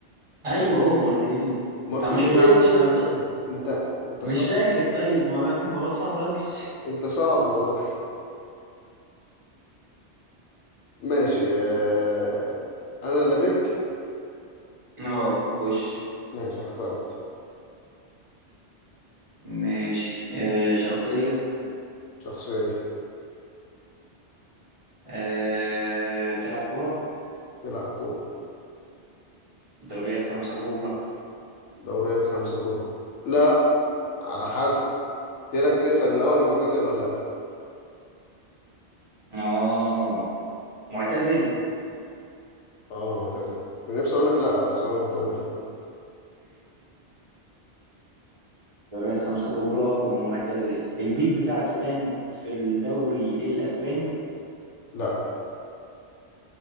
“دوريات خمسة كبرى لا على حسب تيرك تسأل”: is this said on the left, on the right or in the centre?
Left